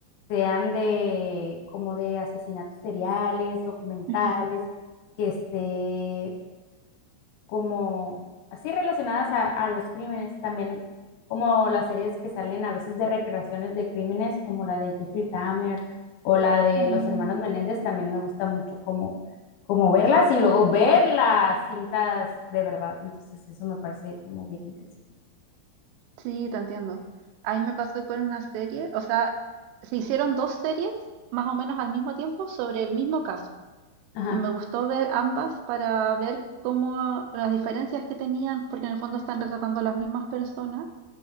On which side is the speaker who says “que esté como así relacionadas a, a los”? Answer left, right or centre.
Left